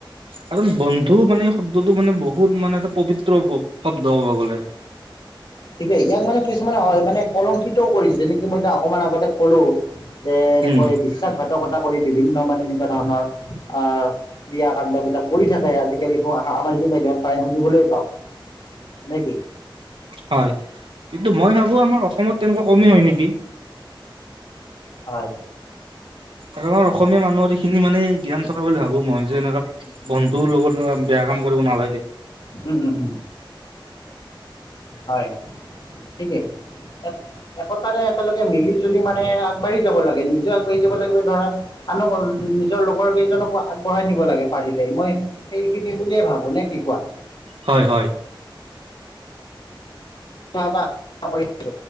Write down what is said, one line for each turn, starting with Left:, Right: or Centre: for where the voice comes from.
Right: কাৰণ বন্ধু মানে শব্দটো মানে বহুত মানে এটা পবিত্ৰ বক শব্দ দৰ ক'ব গ'লে
Left: ঠিকে ইয়াক মানে কিছুমানে হয় মানে কলংকিত কৰিছে যেনেকি মই অকমান আগতে কলোঁ। যে এনেকৈ
Right: উম
Left: বিশ্বাসঘাতকতা কৰি বিভিন্ন মানে এনেকুৱা ধৰণৰ আহ ক্ৰিয়া কাণ্ড বিলাক কৰি থাকে আজিকালি সামাজিক মাধ্যমত প্ৰায় শুনিবলৈ পাওঁ। নে কি
Right: হয় কিন্তু মই ভাবোঁ আমাৰ অসমত তেনেকুৱা কমেই হয় নেকি?
Left: হয়।
Right: আৰু আমাৰ অসমীয়া মানুহৰ এইখিনি মানে জ্ঞান থকা বুলি ভাবোঁ। মই যে এনেকুৱা বন্ধুৰ লগত বেয়া কাম কৰিব নালাগে।
Left: উম, উম, উম। হয়, ঠিকেই ইয়াত একতাৰে একেলগে মিলি জুলি মানে আগবাঢ়ি যাব লাগে, নিজেও আগবাঢ়ি যাব লাগিব ধৰা আনৰ নিজৰ লগৰ কেইজনক কো আগবঢ়াই নিব লাগে পাৰিলে, মই সেইখিনি বুলিয়ে ভাবো। নে কি কোৱা?
Right: হয় হয়।
Left: <unintelligible>